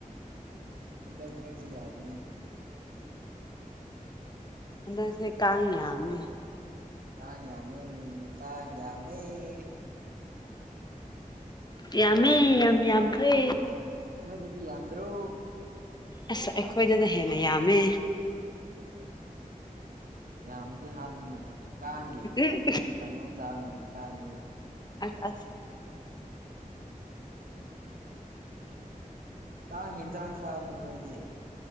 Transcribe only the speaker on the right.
ꯍꯟꯗꯛ ꯃꯔꯛꯁꯤ ꯌꯥꯗꯦꯅꯦ
ꯑꯥ ꯀꯥꯡ ꯌꯥꯝꯃ‌ꯦ ꯀꯥꯡ ꯌꯥꯝꯃ‌ꯦ
ꯅꯣꯏꯗꯗꯤ ꯌꯥꯝꯗ꯭ꯔꯣ
ꯑꯣ ꯌꯥꯝꯃꯗꯤ ꯍꯥꯜꯂꯨꯅꯦ ꯀꯥꯡꯒꯤ
ꯀꯥꯡꯍꯧ ꯆꯥꯕꯅꯦ ꯀꯥꯡꯗꯨ
ꯀꯥꯡ ꯍꯤꯟꯖꯥꯡ ꯆꯥꯕꯅꯤ ꯅꯣꯏꯗꯤ